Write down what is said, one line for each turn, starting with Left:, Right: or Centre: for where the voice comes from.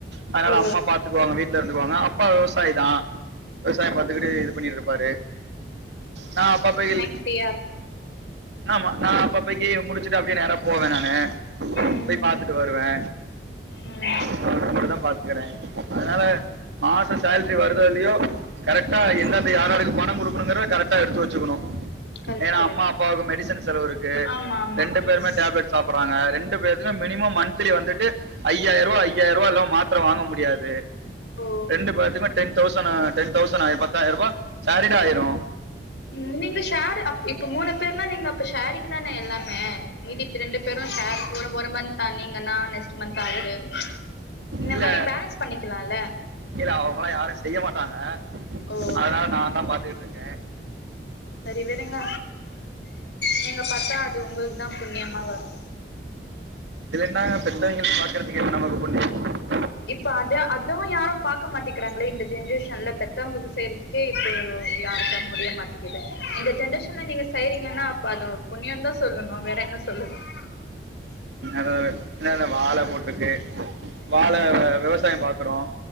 Right: அதனால
Left: ஓ
Right: அம்மா பா த்துக்குவாங்க வீட்ல இருந்துக்குவாங்க அப்பா விவசாயிதா விவசாயம் பாத்துகிட்டு
Left: ம்
Right: இது பண்ணிட்ருப்பாரு நா அப்பப்ப இல்
Left: ஃப்ரியா இருக்கு
Right: ஆமா நா அப்பப்ப இங்கயு முடிச்சுட்டு அப்படியே நேரா போவே நானு
Left: ம்
Right: போய் பாத்துட்டு வருவே
Left: ம்
Right: தோட்டத்த மட்டுந்தா பாத்துக்கறே அதனால மாச சேலரி வருதோ இலியோ கரெக்டா
Left: ம்
Right: எந்தெந்த யாராருக்கு பணங் குடுக்கணுங்கறத கரெக்டா எடுத்து வெச்சுக்கணு
Left: கரெக்ட்
Right: ஏனா
Left: கரெக்ட்
Right: அம்மா அப்பாவுக்கும் மெடிஷன் செலவு இருக்கு
Left: ஆமா ஆமா
Right: ரெண்டு
Left: ம்
Right: பேருமே டேப்லெட் சாப்பர்றாங்க ரெண்டு பேர்த்துக்கு மினிமம் மன்த்லி வந்துட்டு ஐயாயிருவா ஐயாயிருவா இல்லாம மாத்தர வாங்க முடியாது
Left: ஓ
Right: ரெண்டு பேத்துக்மே டென் தௌசணு டென் தௌசணாயி பத்தாயிருவா சேரிடா ஆயிரு
Left: உம் நீங்க ஷேர் அப் இப்போ மூனு பேர்னா நீங்க அப்ப ஷேரிங் தான எல்லாமே மீதிப் ரெண்டு பேரும் ஷேர் ஒரு ஒரு மந்தா நீங்கன்னா நெக்ஸ்ட் மந்த்த் அவுரு இந்த
Right: இல்ல
Left: மாரி பேலன்ஸ் பண்ணிக்கலாம்ல்ல
Right: இல்ல அவங்களாம் யாரும் செய்ய மாட்டாங்க
Left: ஓ
Right: அதனால நான் இருக்கே
Left: சரி விடுங்க நீங்க பாத்தா அது உங்களுக்கு தான் புன்னியமா வரும்
Right: இதுல என்னாங்க பெத்தவைங்க பாக்குறதுக்கு நமக்கு எதுக்கு புன்னியம்
Left: இப்ப அத அதுவும் யாரும் பாக்க மாட்டிக்கிறாங்களே இந்த ஜென்ரேஷன்ல பெத்தவங்களுக்கு செய்யறதுக் கே இப்போ யாருக்கும் முடிய மாட்டிக்கிது இந்த ஜென்ரேஷன்ல நீங்க செய்யறீங்கன்னா அப்ப அது புன்னியோ தான் சொல்லணும் வேற என்ன சொல்லணும்
Right: என்னதோ ஒரு என்ன அந்த வாழ போட்ருக்கு
Left: ம்
Right: வாழ விவசாயம் பாக்குறோம்